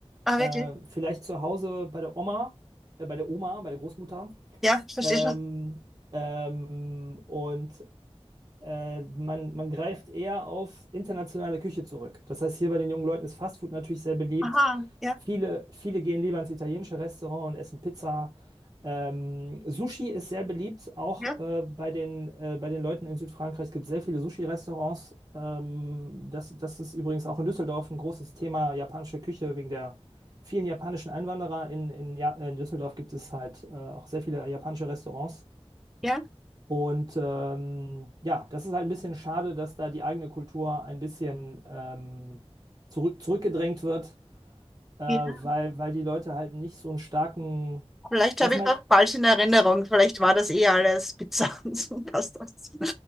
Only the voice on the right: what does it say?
Äh,
vielleicht zu Hause bei der Oma, äh, bei der Oma, bei der Großmutter.
Ähm,
ähm, und äh, man, man greift eher auf internationale Küche zurück. Das heißt, hier bei den jungen Leuten ist Fastfood natürlich sehr beliebt.
Viele, viele gehen lieber ins italienische Restaurant und essen Pizza. Ähm, Sushi ist sehr beliebt, auch
äh, bei den, äh, bei den Leuten in Südfrankreich. Es gibt sehr viele Sushi-Restaurants. Ähm, das, das ist übrigens auch in Düsseldorf ein großes Thema, japanische Küche, wegen der vielen japanischen Einwanderer. In, in, ja in Düsseldorf gibt es halt äh, auch sehr viele japanische Restaurants.
Und ähm, ja, das ist halt ein bisschen schade, dass da die eigene Kultur ein bisschen ähm, zurück, zurückgedrängt wird, äh, weil,
weil die Leute halt nicht so einen starken.
Erstmal,